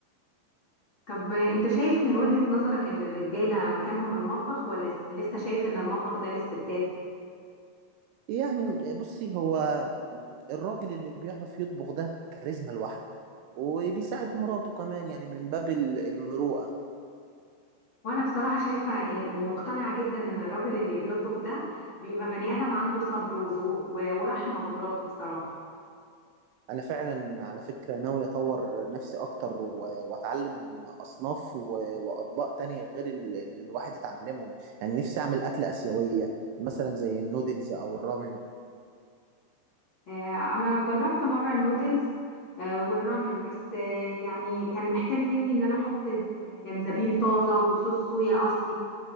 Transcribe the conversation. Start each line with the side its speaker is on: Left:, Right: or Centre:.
Left: طب آه، انت شايف من وجهه نظرك ان الرجاله مكانهم المطبخ ولا س- لسه شايف ان المطبخ ده للستات
Right: يعني بصي هو الراجل اللي بيعرف يطبخ ده كاريزما لوحده وبيساعد مراته كمان يعني من باب ال- المروءة
Left: وانا بصراحة شايفة ومقتنعة جدا ان الراجل اللي بيطبخ ده بيبقى بني ادم عنده صبر وذوق و- ورحمة بمراته بصراحة
Right: انا فعلا على فكره ناوي اطور نفسي اكتر و- واتعلم اصناف و- واطباق تانية غير ال- اللي الواحد يتعلمهم يعني نفسي اعمل اكله اسيويه مثلا زي النودلز او الرامن
Left: آه، انا جربت مرة النودلز آه، والرامن بس آه، يعني كان محتاج مني ان انا احط جنزبيل طازة وصوص صويا اصلي